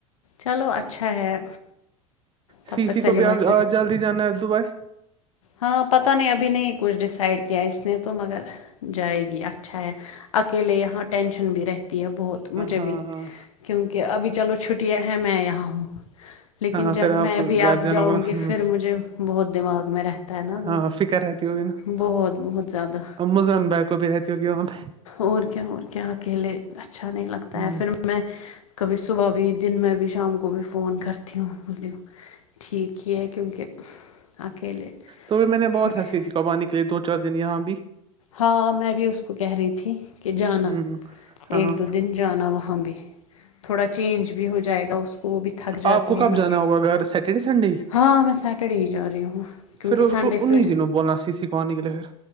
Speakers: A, on the left (about 65°); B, on the right (about 30°).
A: چلو اچھا ہے تب
B: سی
A: تک
B: س
A: سلیبس
B: کو بھی آ جلدی جانا ہے دبھائی
A: ہاں پتہ نہیں ابھی نہیں کچھ ڈیسائڈ کیا اس نے تو مگر جائے گی اچھا ہے اکیلے یہاں ٹینشن بھی رہتی ہے بہت مجھے
B: ہاں
A: بھی
B: ہاں
A: کیونکہ ابھی چلو چھٹی چھٹیاں ہیں میں یہاں ہوں لیکن
B: ہاں
A: جب
B: پھر
A: میں
B: کو
A: بھی
B: گھر
A: آپ
B: جانا
A: جاؤں
B: ہوگا
A: گی
B: نا
A: پھر مجھے بہت دماغ میں رہتا ہے نا وہ
B: ہاں فکر رہتی ہوگی نا
A: بہت بہت زیادہ
B: مزن بھائی کو بھی رہتی ہوگی وہاں پہ
A: اور کیا اور کیا اکیلے اچھا نہیں لگتا پھر
B: ہ
A: میں کبھی صبح بھی دن میں بھی شام کو بھی فون کرتا وں ٹھیک ہی ہے کیونکہ اکیلے
B: تو بھی میں نے بہت
A: ہوتے
B: ہنسی تھی کبانے کے لیے دو چار دن یہاں بھی
A: ہاں میں بھی اس کو کہہ رہی تھی کہ جانا
B: ہ ہاں
A: ایک دو دن جانا وہاں بھی تھوڑا چینج بھی ہو جائے گا اس کو وہ بھی تھک جاتی
B: آپ کو
A: ہے
B: کب
A: نا
B: جانا ہوگا گھر سیٹرڈے سنڈے
A: ہاں میں سٹرڈے ہی جا رہی ہوں کیونکہ
B: پھر
A: سنڈے
B: انیں
A: پھر
B: دنوں بولنا سی سی کو آنے کے لیے پھر